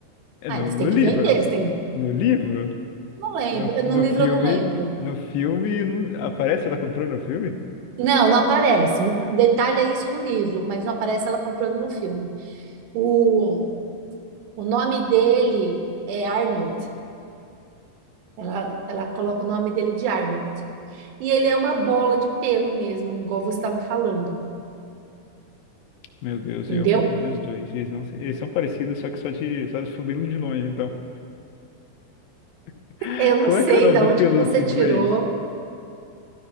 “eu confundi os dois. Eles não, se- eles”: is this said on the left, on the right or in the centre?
Left